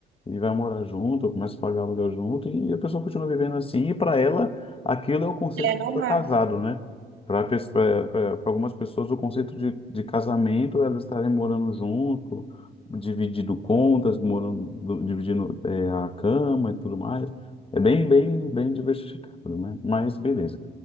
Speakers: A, on the left; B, on the right.
A: E vai morar junto, começa a pagar aluguel junto, e a pessoa continua vivendo assim, e para ela, aquilo é o conceito
B: É,
A: de
B: não
A: estar
B: dá.
A: casado, né? Para algumas pessoas, o conceito de, de casamento é elas estarem morando junto, dividindo contas, morando, do- dividindo, é, a cama e tudo mais. É bem, bem, bem diversificado, né? Mas beleza.